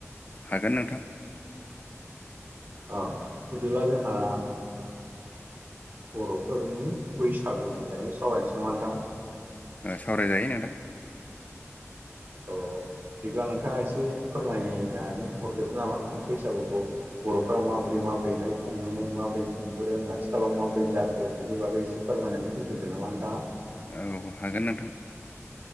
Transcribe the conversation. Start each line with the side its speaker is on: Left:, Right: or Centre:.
Left: हागोन नोंथां
Right: अ बिदिब्ला जोंहा बर'फोरनि बैसागुनि सायावनो सावरायनोसै नामा नोंथां
Left: सावरायजायो नोंथां
Right: थ' बिदिब्ला नोंथाङा एसे फोरमायनानै हरग्रो नामा नोंथां बैसागुखौ बर'फ्रा माबोरै माबोरैहाय खुङोमोन माबोरै खुंबोदों आथिखालाव माबोरै जाखो बिनि बागै एसे फोरमायनानै होग्रोदो नामा नोंथाङा
Left: औ हागोन नोंथां